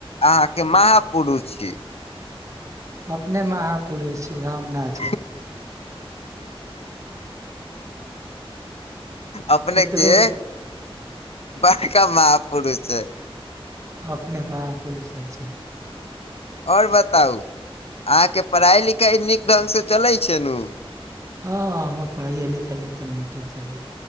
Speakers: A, on the left; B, on the right.
A: अहाँ के महापुरुष छी
B: अपने महापुरुष छी हम न
A: <inaudible> अपने
B: सुतलो
A: के बड़का महापुरुष छै।
B: अपने महापुरुष होइ छै।
A: आओर बताउ अहाँके पढ़ाइ लिखाई नीक ढंग से चलै छै नु।
B: हँ हमर पढ़ाइये लिखाइये तऽ नीके चलै